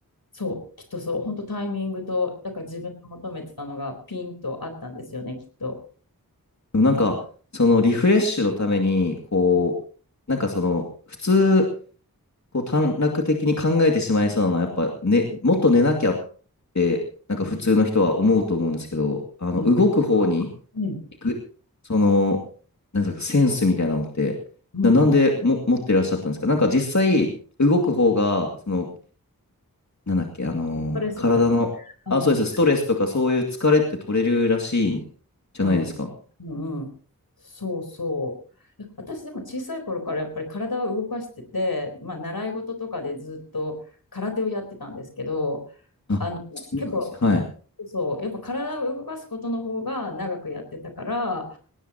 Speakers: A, on the left (about 75°); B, on the left (about 50°).
A: そう、きっとそう。本当タイミングと、だから自分が求めてたのがピンとあったんですよね、きっと。
B: でもなんか、そのリフレッシュのために、こ
A: うん、
B: う、なんかその、普通、こう短絡的に考えてしまいそうなのは、やっぱ、ね、もっと寝なきゃって、なんか普通の人は思うと思うんですけど、
A: う
B: あの、
A: ん、
B: 動く方に
A: うん、
B: 行く、その、なんですか、センスみたいなのって、
A: うん。
B: な、なんでも持ってらっしゃったんですかなんか実際、動く方が、その、なんだっけ、あの体の、
A: それそうだ。うん。
B: あ、そうです、ストレスとかそういう疲れって取れるらしいじゃないですか。
A: うん、うんうん、そうそう。私でも小さい頃からやっぱり体は動かしてて、まあ、習い事とかでずっと空手をやってたんですけど、
B: あ、
A: あの結構
B: そうなんですね。はい。
A: そう、やっぱ体を動かすことの方が長くやってたから、